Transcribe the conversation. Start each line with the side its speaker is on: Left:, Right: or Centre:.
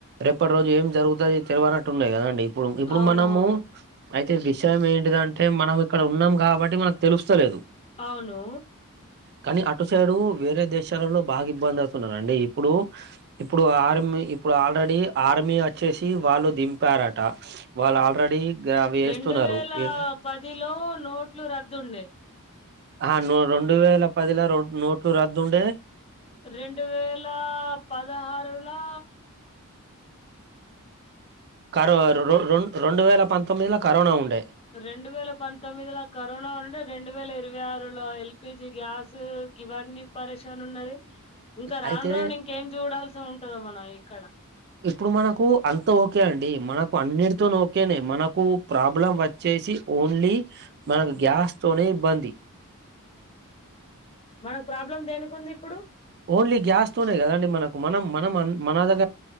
Right: రేపటి రోజు ఏం జరుగుతాది తెలవనట్టు ఉన్నాయి కదండి ఇప్పుడు ఇప్పుడు
Left: అవునవును
Right: మనము అయితే విషయం ఎంట్ అంటే మనం ఇక్కడ ఉన్నాం కాబట్టి అంటే మనకు తెలుస్తలేదు
Left: అవును
Right: కానీ అటు సైడు వేరే దేశాలలో బాగా ఇబ్బంది అవుతున్నరండి ఇప్పుడు ఇప్పుడు ఆర్మీ ఇప్పుడు ఆల్రెడీ ఆర్మీ వచ్చేసి వాళ్ళు దింపారట వాళ్ళు ఆల్రెడీ అవి
Left: రెండు
Right: వేస్తున్నారు
Left: వేల
Right: ఏంటి
Left: పదిలో నోట్ నోట్లు రద్దు ఉండే
Right: ఆ రెండు వేల పదిలో ర నోట్లు రద్దుండే
Left: రెండు వేల పదహారు అలా
Right: కరో ర రెం రెండు వేల పంతొమ్మిది లో కరోనా ఉండే
Left: రెండు వేల పంతొమ్మిదిలా కరోనా ఉంటే రెండు వేల ఇరవై ఆరు లో ఎల్పిజి గ్యాస్ గివాడిని పరిశాన్ ఉన్నది ఇంకా రాను
Right: అయితే
Left: రాను ఇంకేం చూడాల్సి ఉంటదో మనం ఇక్కడ
Right: ఇప్పుడు మనకు అంత ఓకే అండి మనకు అన్నిటితో ఓకేనే మనకు ప్రాబ్లం వచ్చేసి ఓన్లీ మన గ్యాస్ సనే బంది
Left: మనకు ప్రాబ్లం దేనికి ఉంది ఇప్పుడు
Right: ఓన్లీ గ్యాస్ తోనే కదండి మనకు మనం మనం మన దగ్గ